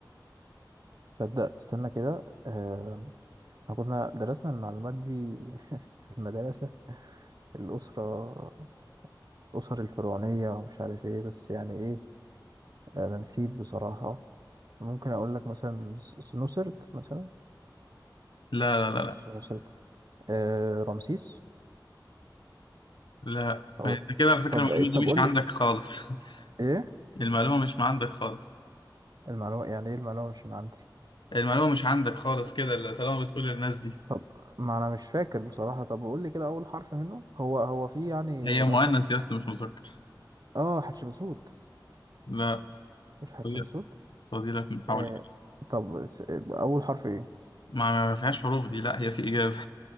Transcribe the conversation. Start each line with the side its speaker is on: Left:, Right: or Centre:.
Right: تصدق استنى كده آه إحنا كنا درسنا المعلومات دي <laughs> في المدرسة الأسرة الأسر الفرعونية ومش عارف ايه بس يعني ايه آه، أنا نسيت بصراحة ممكن أقول لك مثلا س- سنوسرت مثلا
Left: لا لا لا
Right: مش
Left: لا
Right: سنوسرت آه رمسيس
Left: لا
Right: أو
Left: ما انت كده على فكرة
Right: طب
Left: المعلومة دي
Right: طب
Left: مش
Right: قول
Left: عندك خالص <laughs>
Right: ايه
Left: المعلومة مش عندك خالص
Right: المعلومة يعني ايه المعلومة مش من عندي
Left: المعلومة مش عندك خالص كده اللي طالما بتقول للناس دي
Right: طب ما انا مش فاكر بصراحة طب قول لي كده اول حرف منه هو هو في يعني
Left: هي
Right: رقم
Left: مؤنث يا اسطى مش مذكر
Right: اه حتشبسوت
Left: لا
Right: مش حتشبسوت
Left: فاضي- فاضيلك محاولة
Right: آه طب س- اول حرف ايه
Left: ما ما فيهاش حروف دي لا هي في إجابة